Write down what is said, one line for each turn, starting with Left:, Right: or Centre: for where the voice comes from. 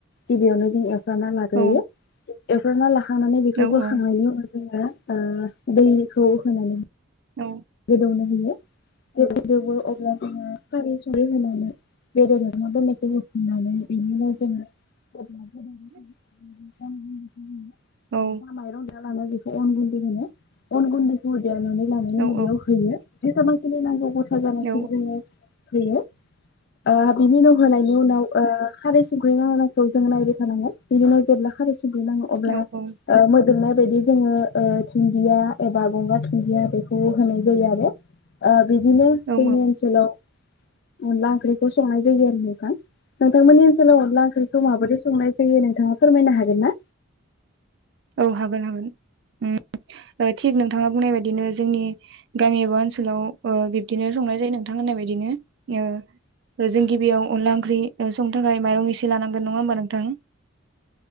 Left: गिबियावनो जों ए वफ्रामना लाग्रोयो
Right: औ
Left: एवफ्रामना ला खानानै बेखौ
Right: औ
Left: बोखांनायनि
Right: औ
Left: उन जोङो ओ दैखौ होनानै
Right: औ
Left: गोदौनो होयो <unintelligible> अब्ला जोङो खारै संख्रै होनानै बेदर एवना दोननायखौ बो होनानै बिनिफ्राय जोङो <unintelligible>
Right: <inaudible>
Left: <unintelligible>
Right: औ
Left: जा मायरं लाना बेखौ अन गुन्दै होनो अन गुन्दैखौ एवनानै लानाय उनाव
Right: औ
Left: बेआव
Right: औ
Left: जेसेबांखिनि नांगौ <unintelligible> जोङो
Right: औ
Left: होयो ओ बिनि उनाव होनायनि उनाव ओ खारै सुगैना होनायखौ जों नायबाय थानांगोन बिनि उनाव जेब्ला खारै स नाङो अब्ला
Right: औ
Left: ओ
Right: औ
Left: नाय बायदि जोङो ओ धुन्दिया एबा गंगार धुन्दिया बे अ होनै अ ओ बिदिनो
Right: औ
Left: जोंनि ओनसोलाव अनला ओंख्रिखौ संनाय जायो आरो नोंथां। नोंथांमोननि सोलाव अनला ओंख्रिखौ माबादि संनाय फैयो नोंथाङा फोरमायनो हागोन ना?
Right: औ हागोन हागोन। उम थिक नों थाङा बुंनाय बायदिनो जोंनि गामि एबा ओनसोलाव ओ बिब्दिनो संनाय जायो नोंथां होननाय बायदिनो ओ जों गिबियाव अनला ओंख्रि संनो थाखाय माइरं इसे लानांगोन नङा होमबा नोंथां?